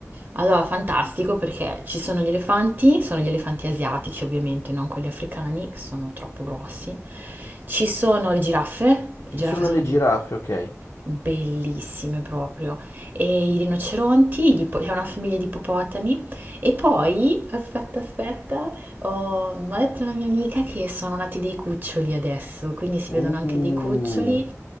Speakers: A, on the right (about 40°); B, on the left (about 75°).
A: Allora, fantastico perché ci sono gli elefanti, sono gli elefanti asiatici ovviamente, non quelli africani, che sono troppo grossi. Ci sono le giraffe, le
B: Ci
A: giraffe
B: sono
A: sono
B: le giraffe, ok.
A: bellissime proprio, e i rinoceronti, gli ippo- è una famiglia di ippopotami. E poi, aspetta, aspetta, Ho m'ha detto una mia amica che sono nati dei cuccioli adesso, quindi si
B: Uh.
A: vedono anche dei cuccioli.